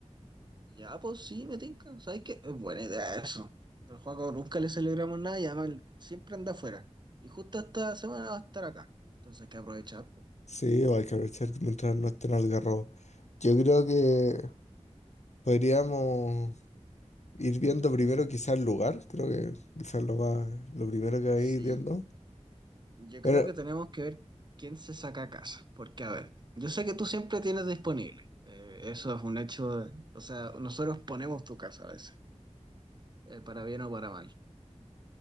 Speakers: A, on the right; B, on the left.
A: Ya, pues sí, me tinca. ¿Sabes qué? Es buena idea eso. Al Juaco nunca le celebramos nada y además él siempre anda afuera. Y justo esta semana va a estar acá. Entonces hay que aprovechar, pues.
B: Sí, o hay que aprovechar mientras no estén algarrobos. Yo creo que podríamos ir viendo primero quizás el lugar, creo que quizás lo más, lo primero que hay
A: Sí,
B: ir viendo.
A: yo
B: Pero
A: creo que tenemos que ver quién se saca a casa. Porque, a ver, yo sé que tú siempre tienes disponible. Eh, eso es un hecho. de- o sea, nosotros ponemos tu casa a veces, eh, para bien o para mal.